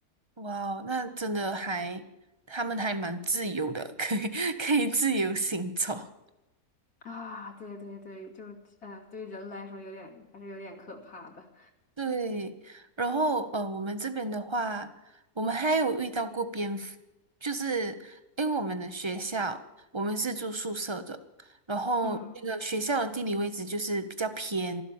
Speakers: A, on the right (about 25°); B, on the left (about 75°).
A: 哇哦，那真的还，他们还蛮自由的，可以 <laughs> 可以自由行走。
B: 啊，对对对，就呃，对于人来说有点还是有点可怕的。
A: 对，然后呃，我们这边的话，我们还有遇到过蝙蝠，就是因为我们的学校，我们是住宿舍的，然后那个学校的地理位置就是比较偏，
B: 嗯，